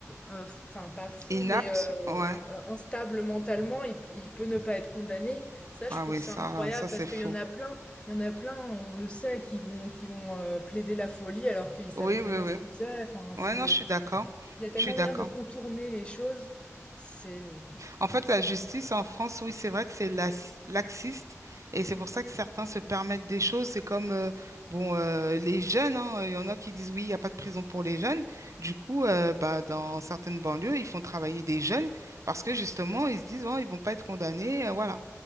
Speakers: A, on the left; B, on the right.
A: euh, enfin pas fou,
B: Inaptes,
A: mais euh,
B: ouais.
A: euh, instable mentalement, il, p- il peut ne pas être condamné. Ça, je
B: Ah
A: trouve
B: oui,
A: ça
B: ça,
A: incroyable
B: ça c'est
A: parce
B: fou.
A: qu'il y en a plein, il y en a plein, on le sait, qui vont, qui vont euh, plaider la folie alors qu'ils savaient
B: Oui,
A: très
B: oui,
A: bien
B: oui.
A: ce qu'ils faisaient. Enfin, c'est,
B: Ouais, non, je suis d'accord.
A: il y a tellement
B: Je suis d'accord.
A: moyen de contourner les choses. C'est, euh,
B: En fait, la justice en France, oui, c'est vrai que c'est lax- laxiste et c'est pour ça que certains se permettent des choses. C'est comme, euh, bon, euh, les jeunes, hein, il y en a qui disent, oui, il n'y a pas de prison pour les jeunes. Du coup, euh, bah, dans certaines banlieues, ils font travailler des jeunes parce que justement, ils se disent, bon, ils vont pas être condamnés, euh, voilà.